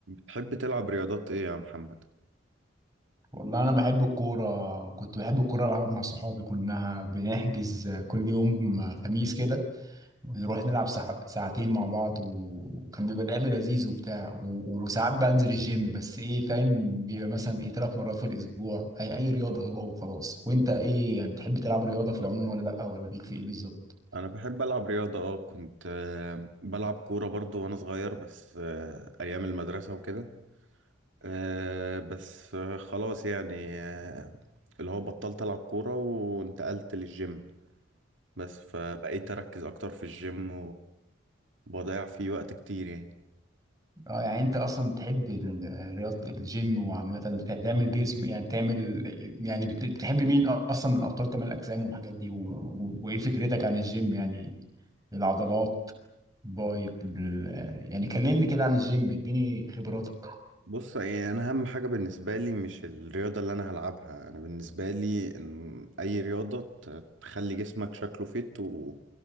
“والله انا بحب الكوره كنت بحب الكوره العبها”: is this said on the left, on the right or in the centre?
Right